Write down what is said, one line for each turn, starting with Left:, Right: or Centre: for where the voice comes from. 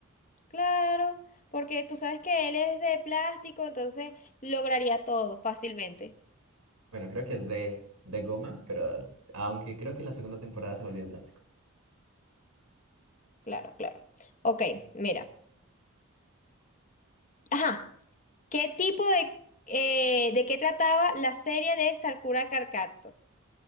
Left: Claro, porque tú sabes que él es de plástico, entonces lograría todo fácilmente.
Right: Bueno, creo que es de, de goma, pero aunque creo que en la segunda temporada se volvió de plástico.
Left: Claro, claro. Ok, mira. Ajá, ¿qué tipo de, eh, de qué trataba la serie de Sakura Card Captor?